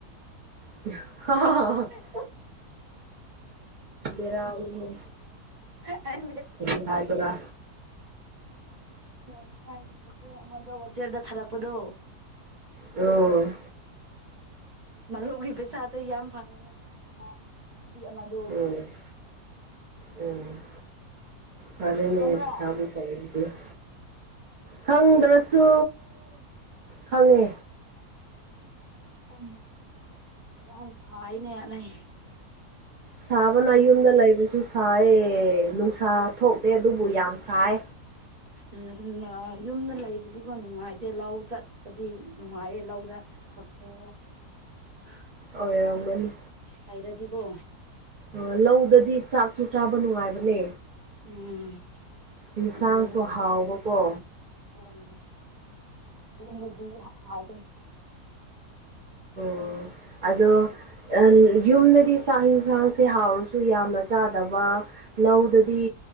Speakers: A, on the right; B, on the right.
A: <unintelligible>
B: <unintelligible> <unintelligible>
A: ꯕꯦꯔꯥꯅꯤꯍꯦ
B: ꯑꯁ
A: ꯀꯔꯤ ꯍꯥꯏꯕ꯭ꯔꯥ
B: ꯉꯁꯥꯏ ꯏꯆꯦ ꯑꯃꯗꯣ ꯋꯥꯆꯦꯞꯇꯥ ꯊꯥꯂꯛꯄꯗꯣ
A: ꯂꯣ
B: ꯃꯔꯨꯞꯒꯤ ꯄꯩꯁꯥꯗ ꯌꯥꯝ ꯐꯪꯉꯦ ꯅ ꯅꯨꯄꯤ ꯑꯃꯗꯣ
A: ꯎꯝ ꯎꯝ ꯐꯥꯔꯦꯅꯦ
B: ꯈꯪꯕ꯭ꯔꯥ
A: ꯄꯩꯁꯥꯕꯨ <unintelligible> ꯈꯪꯗ꯭ꯔꯥꯁꯨ ꯈꯪꯉꯦ
B: ꯎꯝ ꯌꯥꯝ ꯁꯥꯏꯅꯦ ꯑꯅꯩ
A: ꯁꯥꯕꯅ ꯌꯨꯝꯗ ꯂꯩꯕꯁꯨ ꯁꯥꯏ ꯅꯨꯡꯁꯥ ꯊꯣꯛꯇꯦ ꯑꯗꯨꯕꯨ ꯌꯥꯝ ꯁꯥꯏ
B: ꯎꯝ ꯑꯥ ꯌꯨꯝꯗ ꯂꯩꯕꯗꯤꯀꯣ ꯅꯨꯡꯉꯥꯏꯇꯦ ꯂꯧ ꯆꯠꯄꯗꯤ ꯅꯨꯡꯉꯥꯏꯌꯦ ꯂꯧꯗꯥ <unintelligible>
A: ꯑꯣꯏꯔꯝꯒꯥꯅꯤ
B: ꯂꯩꯔꯥꯗꯤꯀꯣ
A: ꯑꯥ ꯂꯧꯗꯗꯤ ꯆꯥꯛꯁꯨ ꯆꯥꯕ ꯅꯨꯡꯉꯥꯏꯕꯅꯦ
B: ꯎꯝ
A: ꯏꯟꯁꯥꯡꯁꯨ
B: ꯑꯗꯨꯅꯦ
A: ꯍꯥꯎꯕꯀꯣ
B: ꯎꯝ ꯌꯨꯝꯗꯥꯗꯤ ꯍꯥ ꯍꯥꯎꯇꯦ
A: ꯑꯣ ꯑꯗꯣ ꯑꯥ ꯌꯨꯝꯗꯗꯤ ꯆꯥꯛ ꯍꯤꯟꯁꯥꯡꯁꯦ ꯍꯥꯎꯔꯁꯨ ꯌꯥꯝꯅ ꯆꯥꯗꯕ ꯂꯧꯗꯥꯗꯤ
B: ꯎꯝ